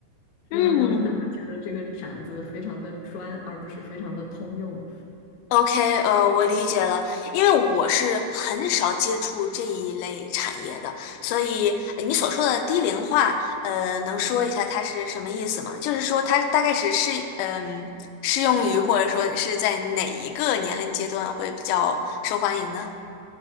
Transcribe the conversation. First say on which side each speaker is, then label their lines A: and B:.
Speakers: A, on the left; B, on the left.
A: 让让大家觉得这个展子非常的专，
B: 嗯，
A: 而不是非常的通用。
B: OK，呃，我理解了，因为我是很少接触这一类产业的，所以呃你所说的低龄化，呃，能说一下它是什么意思吗？就是说它大概是适，嗯，适用于或者说是在哪一个年龄阶段会比较受欢迎呢？